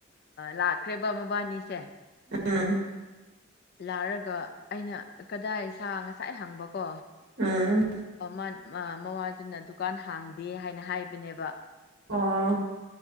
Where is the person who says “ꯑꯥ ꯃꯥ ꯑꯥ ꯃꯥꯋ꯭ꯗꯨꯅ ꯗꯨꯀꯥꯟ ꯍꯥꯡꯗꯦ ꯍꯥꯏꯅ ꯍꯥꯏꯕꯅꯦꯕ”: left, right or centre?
Left